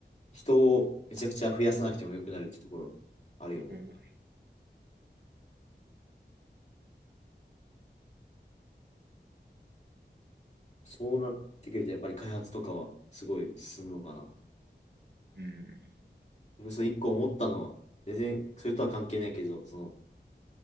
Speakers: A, on the left; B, on the right.
A: 人をめちゃくちゃ増やさなくてもよくなるってところあるよね。
B: うん。
A: そうなってくると、やっぱり開発とかはすごい進むのかな。
B: うん。
A: 僕その一個思ったのは、全然それとは関係ないけど、その